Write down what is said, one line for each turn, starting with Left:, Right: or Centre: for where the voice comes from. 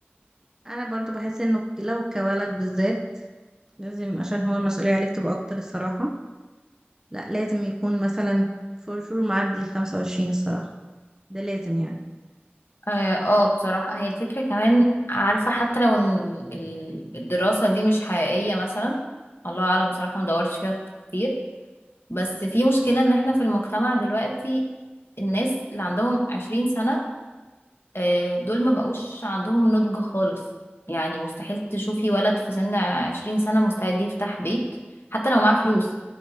Right: انا برضو بحس انه لو كولد بالذات لازم عشان هو المسؤولية عليه بتبقى اكتر الصراحة لا لازم يكون مثلا فور شور معدي ال 25 الصراحة ده لازم يعني
Left: اه آه، بصراحة هي الفكرة كمان عارفة حتى لو ان ال- الدراسة دي مش حقيقية مثلا الله اعلم بصراحة مدورتش فيها كتير بس في مشكلة ان احنا في المجتمع دلوقتي الناس اللي عندهم 20 سنة آه، دول ما بقوش عندهم نضج خالص يعني مستحيل تشوفي ولد في سن عشرين سنة مستعد يفتح بيت حتى لو معاه فلوس